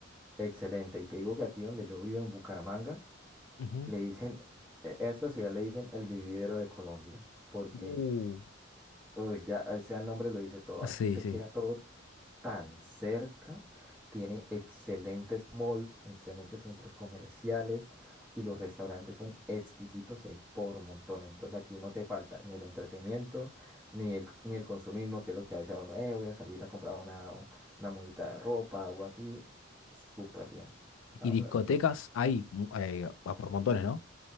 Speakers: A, in the centre; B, on the left.
A: excelente, y te digo que aquí donde yo vivo en Bucaramanga,
B: Ujú.
A: le dicen, e- a esta ciudad le dicen el vividero de Colombia, porque,
B: Uh.
A: uy, ya o sea el nombre lo dice todo,
B: Sí,
A: aquí te
B: sí.
A: queda todo tan cerca, tiene excelentes malls, excelentes centros comerciales y los restaurantes son exquisitos y hay por montón, entonces aquí no te falta ni el entretenimiento, ni el, ni el consumismo, que es lo que a veces uno, eh, voy a salir a comprar una, una mudita de ropa, algo así, súper bien, la
B: ¿Y
A: verdad.
B: discotecas hay mu- eh, ah, por montones, ¿no?